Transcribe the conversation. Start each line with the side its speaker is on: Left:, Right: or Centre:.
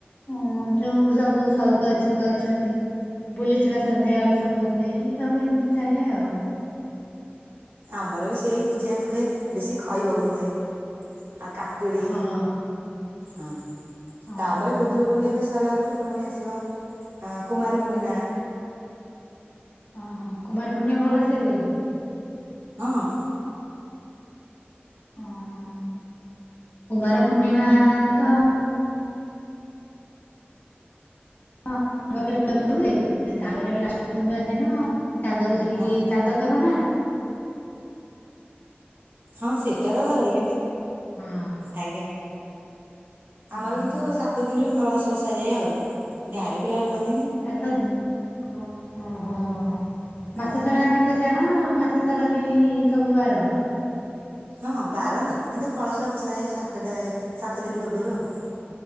Left: ଉଁ ଯୋଉ ସବୁ ସଉକ ଅଛି କରୁଛନ୍ତି। ବୁଲିଯିବା ସନ୍ଧ୍ୟା ବେଳୁ ସମସ୍ତେ ଏଇ ସବୁ ଏମିତି ଚାଲେ ଆଉ।
Right: ଆମର ବି ସେଇ ପୂଜା ଏମତି ହୁଏ ବେଶୀ ଖଈ ଭୋଗ ହୁଏ। ଆଉ କାକୁଡି
Left: ହଁ
Right: ହୁଁ।
Left: ହଁ
Right: ତାପରେ ଖୁଦୁରୁକୁୁଣୀ ଏବେ ସରିଲା ପରେ ପୁଣି ଆସିବ କୁମାର ପୂର୍ଣ୍ଣିମା।
Left: ଅ ହଁ କୁମାର ପୁର୍ଣ୍ଣିମା ଭଲସେ ହୁଏ?
Right: ହଁ।
Left: ଓହୋ କୁମାର ପୂର୍ଣ୍ଣିମା ତ ହଁ ଆମ ପାଖରେ କୁପ ହୁଏ ତାପରେ ଲାଷ୍ଟ ପୂର୍ଣ୍ଣିମା ଦିନ ଚାନ୍ଦ କୁ ଦେଖି
Right: ହଁ
Left: ଚାନ୍ଦ କରୋନା।
Right: ହଁ ସେଟା ତା ଘର ହେଇ ତ
Left: ହଁ
Right: ଆଜ୍ଞା,
Left: ହୁଁ
Right: ଆମର କିନ୍ତୁ
Left: ହୁଁ
Right: ସାତ ଦିନରୁ କଳସ ବସା ଯାଏ ଆଉ ଗାଁ ରେ ପିଲା ରୁହନ୍ତି।
Left: ସାତ ଦିନ ଓ ହ ହ
Right: ହଁ
Left: ମାସ ସାରା ଆମିସ ଛାଡ ମାସ ସାର ବି ସବୁ ବାର
Right: ହଁ ବାରନ୍ତି କିନ୍ତୁ କଳସ ବସାଏ ସାତଟା ସାତ ଦିନ ପୂର୍ବରୁ ଆଉ।